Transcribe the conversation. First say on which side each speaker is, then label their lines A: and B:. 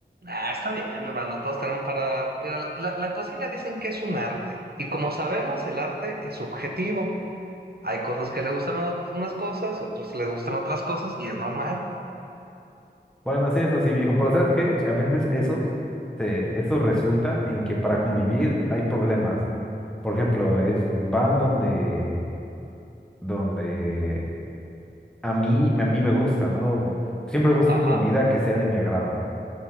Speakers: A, on the right; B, in the centre.
A: Ah, está bien, hermano. Todos tenemos para. Mira, la, la cocina dicen que es un arte. Y como sabemos, el arte es subjetivo. Hay cosas que le gustan a unas cosas y otros le gustan otras cosas y es normal.
B: Bueno, sí, eso sí, viejo. Pero ¿sabes qué? A veces eso, se- eso resulta en que para convivir hay problemas. Por ejemplo, es, van donde, donde a mí, a mí me gusta, ¿no? Siempre buscan
A: Ajá.
B: comida que sea de mi agrado.